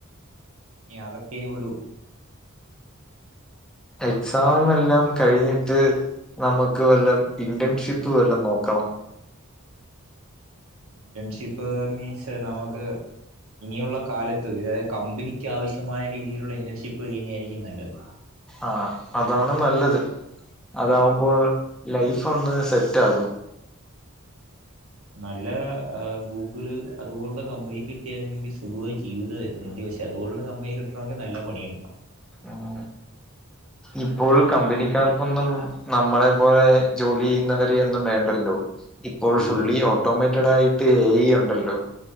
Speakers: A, on the right; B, in the centre.
A: ഇനി അതെക്കെ ഉള്ളൂ
B: എക്സാം എല്ലാം കഴിഞ്ഞിട്ട് നമുക്ക് വല്ലം ഇന്റേൺഷിപ്പ് വല്ലം നോക്കണം
A: ഇന്റെൺഷിപ്പ് മീൻസ് നമുക്ക് ഇനിയുള്ള കാലത്ത് ഇതായത് കമ്പനിക്ക് ആവശ്യമായ രീതിയിലുള്ള ഇന്റേൺഷിപ്പ് ചെയ്യുന്നയാരിക്കും നല്ലത്
B: ആഹ് അതാണ് നല്ലത് അതാകുമ്പോൾ ലൈഫ് ഒന്ന് സെറ്റാകും
A: നല്ല ആഹ് ഗൂഗിള് അതുപോലുള്ള കമ്പനി കിട്ടിയാര്ന്നെങ്കി സുഖവായ ജീവിതായേനെ നിന്റ് പക്ഷെ അത്പോലുള്ള കമ്പനി കിട്ടണമെങ്കി നല്ല പണിയെട്ക്കണം
B: ഉം ഇപ്പോൾ കമ്പനിക്കാർക്കൊന്നും നമ്മളെ പോലെ ജോലി ചെയ്യുന്നവരെയൊന്നും വേണ്ടല്ലോ ഇപ്പോൾ
A: ഓ
B: ഫുള്ളി ഓട്ടോമേറ്റഡായിട്ട് എ ഇ ഉണ്ടല്ലോ